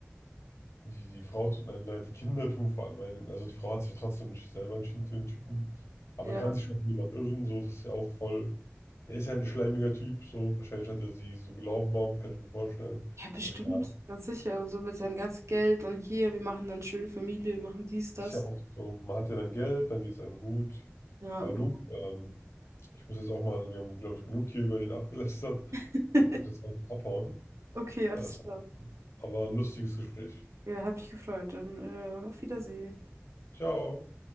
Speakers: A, on the left; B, on the right.
A: die, die Frau tut einem leid, die Kinder tun vor allem einen. Also, die Frau hat sich ja trotzdem nicht selber entschieden für den Typen. Aber
B: Ja.
A: man kann sich schon von jemand irren, so, das ist ja auch voll. Der ist ja halt ein schleimiger Typ, so. Wahrscheinlich hat er sie so gelaufen, bombt, kann ich mir vorstellen.
B: Ja, bestimmt,
A: Ist auch egal.
B: ganz sicher. Also mit seinem ganzen Geld und hier, wir machen dann schöne Familie, wir machen dies, das.
A: Ist ja oft so, man hat ja dann Geld, dann geht es einem gut.
B: Ja,
A: Aber
B: genau.
A: du, ähm, ich muss jetzt auch mal, wir haben, glaube ich, genug hier über den abgelästert.
B: <laughs>
A: Ich muss jetzt langsam abhauen.
B: Okay, alles
A: Äh,
B: klar.
A: aber ein lustiges Gespräch.
B: Ja, hat mich gefreut. Dann äh, auf Wiedersehen.
A: Ciao.